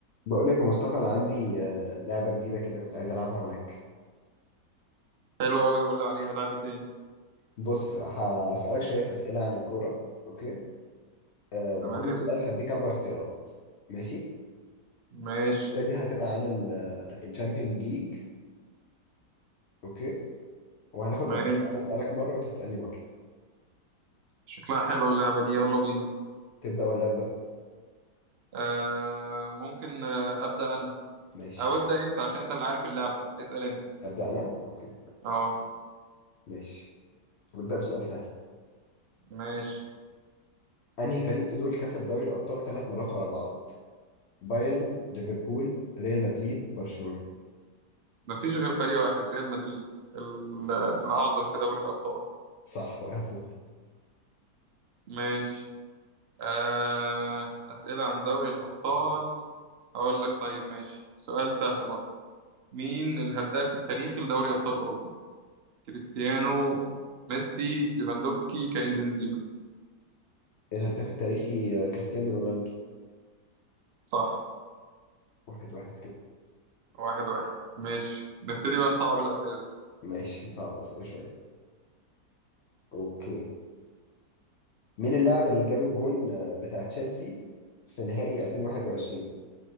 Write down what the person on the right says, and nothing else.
حلو قوي قول لي عليها لعبة ايه
تمام
ماشي
ماشي
شكلها حلوة اللعبة دي يلا بينا
آه ممكن آه أبدأ أنا
أو
ابدأ أنت عشان أنت اللي عارف اللعبة اسأل أنت
اه
ماشي
مفيش غير فريق واحد ريال مدريد ال- الأعظم في دوري الأبطال
ماشي آه أسئلة عن دوري الأبطال هقول لك طيب ماشي سؤال سهل برضه مين الهداف التاريخي لدوري أبطال أوروبا كريستيانو ميسي ليفاندوفسكي كريم بنزيما
صح
واحد واحد ماشي نبتدي بقى نصعب الأسئلة